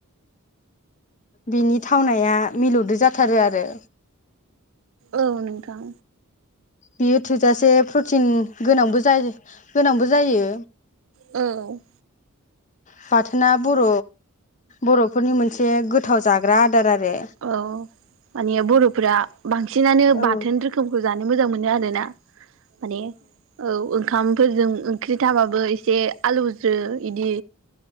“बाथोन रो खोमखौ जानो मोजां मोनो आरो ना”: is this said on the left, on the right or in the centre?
Right